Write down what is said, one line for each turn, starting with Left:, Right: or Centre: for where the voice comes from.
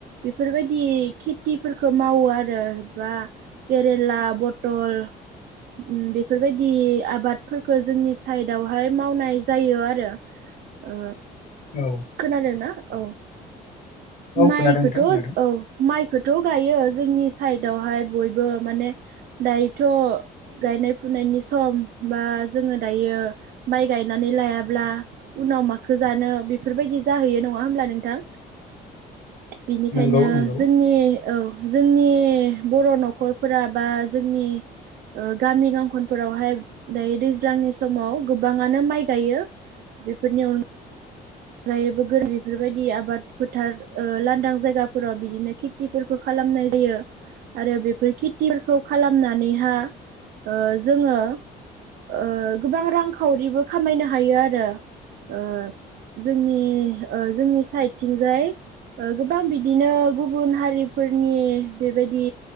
Right: बेफोरबायदि खेथिफोरखौ मावो आरो बा केरेला, बटल उम बेफोरबायदि आबादफोरखौ जोंनि साइदावहाय मावनाय जायो आरो। ओ
Left: औ
Right: खोनादोंना औ
Left: औ
Right: माइखौथ'
Left: खोनादों नोंथां खोनादों
Right: औ माइखौथ' गायो जोंनि साइडआवहाय बयबो माने दायोथ' गायनाय फुनायनि सम बा जोङो दायो माइ गायनानै लायाब्ला उनाव माखौ जानो बेफोरबायदि जाहैयो नङा होमब्ला नोंथां? बेनिखायनो
Left: नंगौ नंगौ
Right: जोंनि औ जोंनि बर' न'खरफोरा बा जोंनि ओ गामि गांखनफोरावहाय दायो दैज्लांनि समाव गोबाङानो माइ गायो। बेफोरनि अन गायैबो गोर बेफोरबायदि आबाद फोथार ओ लांदां जायगाफोराव बिदिनो खेथिफोरखौ खालाम खालामनाय जायो आरो बेफोर खेथिफोरखौ खालामनानैहा ओ जोङो ओ गोबां रांखावरिबो खामायनो हायो आरो ओ जोंनि ओ जोंनि साइदथिंजाय ओ गोबां बिदिनो गुबुन हारिफोरनि बेबायदि